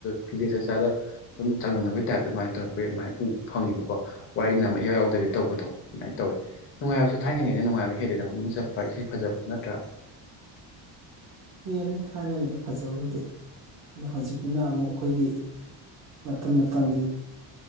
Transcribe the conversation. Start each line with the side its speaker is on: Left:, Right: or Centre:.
Left: ꯐꯤꯖꯦ ꯆꯥꯛꯆ <unintelligible> ꯗꯨꯝ ꯆꯥꯡꯗꯝꯅꯕꯩ ꯇꯥꯏꯞꯇ ꯑꯗꯨꯃꯥꯏ ꯇꯧꯔꯛꯄꯩ ꯑꯗꯨꯃꯥꯏꯅ ꯎꯕ ꯐꯪꯉꯦꯕꯀꯣ ꯋꯥꯔꯤꯅ ꯑꯃ ꯏꯌꯥꯎ ꯌꯥꯎꯗꯕꯤ ꯇꯧꯕꯗꯣ ꯑꯗꯨꯃꯥꯏ ꯇꯧꯋꯤ ꯅꯨꯡꯉꯥꯏꯕꯁꯨ ꯊꯥꯏꯅꯉꯩꯩꯅ ꯅꯨꯡꯉꯥꯏꯕ ꯍꯦꯜꯂꯤꯗ ꯃꯃꯤꯡ ꯆꯠꯄ ꯏꯁꯩ ꯐꯖꯕꯁꯨ ꯅꯠꯇ꯭ꯔꯥ
Right: ꯍꯦꯜꯂꯤ ꯊꯥꯏꯅꯒꯤꯅ ꯐꯖꯕꯕꯨꯗꯤ ꯑꯗ ꯍꯧꯖꯤꯛꯀꯤꯅ ꯑꯃꯨꯛ ꯈꯣꯏꯒꯤ ꯃꯇꯝ ꯃꯇꯝꯒꯤ